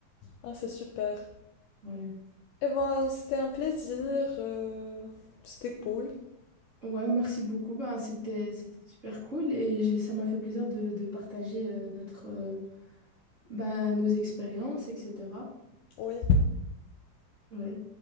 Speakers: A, on the left (about 75°); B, on the right (about 25°).
A: ah, c'est super.
B: Ouais.
A: Eh ben, c'était un plaisir. euh, c'était cool.
B: Ouais, merci beaucoup. Ben, c'était, c'était super cool et j'ai, ça m'a fait plaisir de, de partager euh, notre, euh, ben, nos expériences, etc.
A: Oui.
B: Ouais.